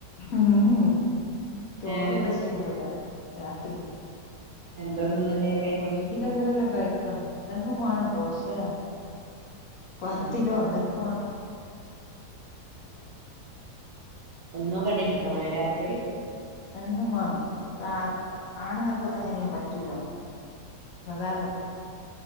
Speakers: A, on the left; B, on the right.
A: ഉം ഉം ചോറ്
B: ഏഹ്
A: വിടെ ശ് ശരിയാവുലാ രാത്രി
B: എന്ത ത് ന്നല്
A: ഒഴിവില്ലങ്കിലല്ലെ കഴിക്ക എന്തെങ്കും മാണം ദോശേ പത്തിലോ
B: ആഹ്
A: എന്തങ്കും മാണം
B: ഏഹ് എന്നും കടിണ്ടാക്കണേ രാത്രി
A: എന്നും മാണം, ഇവുട്ത്ത ആണുങ്ങക്കൊന്നും അങ്ങനെ പറ്റൂലമ്മളെ
B: ആഹ്
A: അതാർഞ്